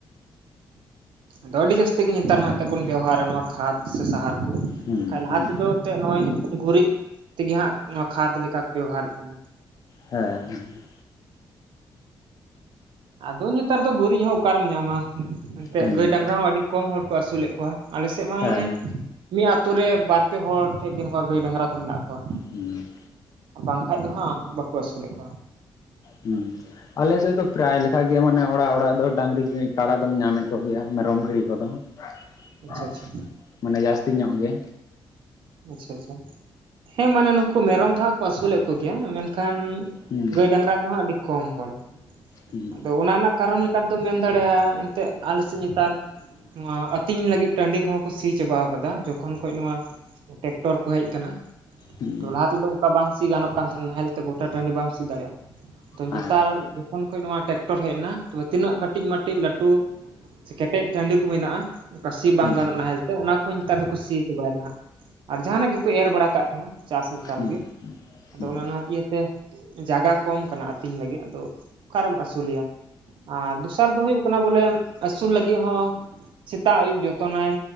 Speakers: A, on the right; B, on the left.
A: ᱟᱫᱚ ᱟᱹᱰᱤ ᱡᱟᱹᱥᱛᱤ ᱜᱮᱧ ᱱᱮᱛᱟᱨ ᱢᱟ ᱮᱱᱛᱮᱫ ᱵᱚᱱ ᱵᱮᱣᱦᱟᱨᱟ ᱱᱚᱣᱟ ᱠᱷᱟᱫ ᱥᱮ ᱥᱟᱦᱟᱨ ᱠᱚ
B: ᱦᱩᱸ
A: ᱵᱟᱠᱷᱟ ᱞᱟᱦᱟ
B: ᱦᱩᱸ
A: ᱛᱮᱫᱚ ᱮᱱᱛᱮᱫ ᱱᱚᱜ-ᱚᱭ ᱜᱩᱨᱤᱡ ᱛᱮᱜᱮ ᱦᱟᱸᱜ ᱱᱚᱣᱟ ᱠᱷᱟᱫᱽ ᱞᱮᱠᱟ ᱠᱚ ᱵᱮᱵᱚᱦᱟᱨᱮᱫ ᱛᱟᱦᱮᱱᱟ᱾
B: ᱦᱮᱸ ᱦᱮᱸ᱾
A: ᱟᱫᱚ ᱱᱮᱛᱟᱨ ᱫᱚ ᱜᱩᱨᱤᱡ ᱦᱚᱸ ᱚᱠᱟᱨᱮᱢ ᱧᱟᱢᱟ ᱮᱱᱛᱮᱫ
B: ᱦᱩᱸ
A: ᱜᱟᱹᱭ ᱰᱟᱝᱨᱟ ᱦᱚᱸ ᱟᱹᱰᱤ ᱠᱚᱢ ᱦᱚᱲ ᱠᱚ ᱟᱹᱥᱩᱞ ᱮᱫ ᱠᱚᱣᱟ ᱟᱞᱮ ᱥᱮᱫ ᱢᱟ
B: ᱦᱮᱸ
A: ᱢᱟᱱᱮ ᱢᱤᱫ ᱟᱛᱳ ᱨᱮ ᱵᱟᱨ ᱯᱮ ᱦᱚᱲ ᱴᱷᱮᱱ ᱜᱮ ᱱᱚᱝᱠᱟ ᱜᱟᱹᱭ ᱰᱟᱝᱨᱟ ᱠᱚ ᱢᱮᱱᱟᱜ ᱠᱚᱣᱟ᱾
B: ᱦᱩᱸ᱾
A: ᱵᱟᱝᱠᱟᱱᱡ ᱫᱚ ᱦᱟᱸᱜ ᱵᱟᱠᱚ ᱟᱹᱥᱩᱞᱮᱫ ᱠᱚᱣᱟ᱾
B: ᱦᱩᱸ᱾ ᱟᱞᱮᱥᱮᱫ ᱫᱚ ᱯᱮᱨᱟᱭ ᱞᱮᱠᱟᱜ ᱜᱮ ᱢᱟᱱᱮ ᱚᱲᱟᱜ ᱚᱲᱟᱜ ᱫᱚ ᱰᱟᱝᱨᱤ ᱠᱟᱰᱟ ᱧᱟᱢᱮᱫ ᱠᱚᱜᱮᱭᱟ ᱢᱮᱨᱚᱢ ᱵᱷᱤᱲᱤ ᱠᱚᱫᱚ <unintelligible>
A: ᱟᱪᱪᱷᱟ ᱟᱪᱪᱷᱟ᱾
B: ᱢᱟᱱᱮ ᱡᱟᱹᱥᱛᱤ ᱧᱚᱜ ᱜᱮ
A: ᱟᱪᱪᱷᱟ ᱟᱪᱪᱷᱟ ᱦᱮᱸ ᱢᱟᱱᱮ ᱱᱩᱠᱩ ᱢᱮᱨᱚᱢ ᱫᱚ ᱦᱟᱸᱜ ᱠᱚ ᱟᱹᱥᱩᱞᱮᱫ ᱠᱚᱜᱮᱭᱟ ᱢᱮᱱᱠᱷᱟᱱ
B: ᱦᱩᱸ
A: ᱜᱟᱹᱭ ᱰᱟᱝᱨᱟ ᱫᱚ ᱦᱟᱸᱜ ᱟᱹᱰᱤ ᱠᱚᱢ ᱦᱚᱲ
B: ᱦᱩᱸ
A: ᱟᱫᱚ ᱚᱱᱟ ᱨᱮᱱᱟᱜ ᱠᱟᱨᱚᱱ ᱞᱮᱠᱟᱮᱫ ᱢᱮᱱ ᱫᱟᱲᱮᱭᱟᱜ-ᱟ ᱮᱱᱛᱮᱫ ᱟᱞᱮᱥᱮᱫ ᱱᱮᱛᱟᱨ ᱱᱚᱣᱟ ᱟᱹᱛᱤᱧ ᱞᱟᱹᱜᱤᱫ ᱴᱟᱺᱰᱤ ᱠᱚᱦᱚᱸ ᱠᱚ ᱥᱤ ᱪᱟᱵᱟᱟᱣ ᱠᱟᱫᱟ ᱡᱚᱠᱷ ᱠᱷᱚᱱ ᱠᱷᱚᱡ ᱱᱚᱣᱟ ᱴᱮᱠᱴᱚᱨ ᱠᱚ ᱦᱮᱡ ᱠᱟᱱᱟ
B: ᱦᱩᱸ
A: ᱛᱚ ᱞᱟᱦᱟ ᱛᱮᱫᱚ ᱠᱟ ᱵᱟᱝ ᱥᱤ ᱜᱟᱱᱚᱜ ᱠᱟᱱ ᱛᱟᱦᱮᱱᱟ ᱱᱟᱦᱮᱞ ᱛᱮ ᱜᱚᱴᱟ ᱴᱟᱺᱰᱤ ᱵᱟᱢ ᱥᱤ ᱫᱟᱲᱮᱭᱟᱜ-ᱟ ᱛᱚ ᱱᱮᱛᱟᱨ
B: ᱦᱮᱸ
A: ᱡᱚᱠᱷᱚᱱ ᱠᱷᱟᱡ ᱱᱚᱣᱟ ᱴᱮᱠᱴᱚᱨ ᱦᱮᱡ ᱮᱱᱟ ᱛᱚᱵᱮ ᱛᱤᱱᱟᱹᱜ ᱠᱟᱹᱴᱤᱡ ᱢᱟᱴᱤᱡ ᱞᱟᱹᱴᱩ ᱠᱮᱴᱮᱡ ᱠᱚ ᱢᱮᱱᱟᱜ-ᱟ ᱚᱱᱠᱟ ᱥᱤ ᱵᱟᱝ
B: ᱦᱩᱸ
A: ᱜᱟᱱᱚᱜ
B: ᱦᱮᱸ ᱦᱩᱸ
A: ᱱᱟᱦᱮᱞ ᱛᱮ ᱚᱱᱟ ᱠᱚ ᱱᱮᱛᱟᱨ ᱫᱚᱠᱚ ᱥᱤ ᱪᱟᱵᱟᱭᱮᱫᱟ ᱦᱟᱸᱜ᱾ ᱟᱨ ᱡᱟᱦᱟᱱᱟᱜ ᱜᱮᱠᱚ ᱮᱨ ᱵᱟᱲᱟ ᱠᱟᱜ ᱠᱟᱱᱟ ᱪᱟᱥ ᱞᱮᱠᱟ
B: ᱦᱩᱸ ᱦᱩᱸ
A: ᱞᱟᱹᱜᱤᱫ ᱟᱫᱚ
B: ᱦᱩᱸ
A: ᱚᱱᱮ
B: ᱦᱮᱸ ᱦᱩᱸ
A: ᱚᱱᱟ ᱤᱭᱟᱹᱛ ᱛᱮ ᱡᱟᱭᱜᱟ ᱠᱚᱢ ᱠᱟᱱᱟ ᱟᱹᱛᱤᱧ ᱞᱟᱹᱜᱤᱫ ᱟᱫᱚ ᱚᱠᱟᱨᱮᱢ ᱟᱹᱥᱩᱞᱮᱭᱟ ᱟᱨ ᱫᱚᱥᱟᱨ ᱫᱚ ᱦᱩᱭᱩᱜ ᱠᱟᱱᱟ ᱵᱚᱞᱮ ᱮᱢ ᱟᱹᱥᱩᱞ ᱞᱟᱹᱜᱤᱫ ᱦᱚᱸ ᱥᱮᱛᱟᱜ ᱟᱹᱭᱩᱵ ᱡᱚᱛᱚᱱᱟᱭ